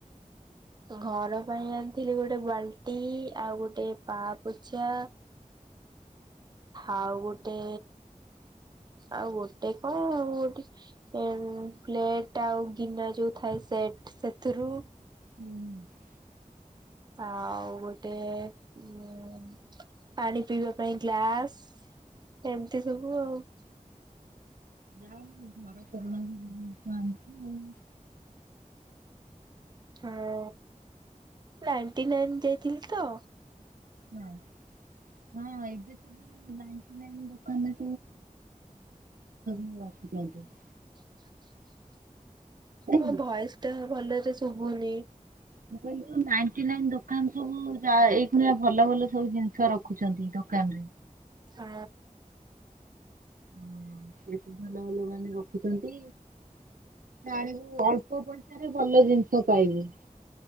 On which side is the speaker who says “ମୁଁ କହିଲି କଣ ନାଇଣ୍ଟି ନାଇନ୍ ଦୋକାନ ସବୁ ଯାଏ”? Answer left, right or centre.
Right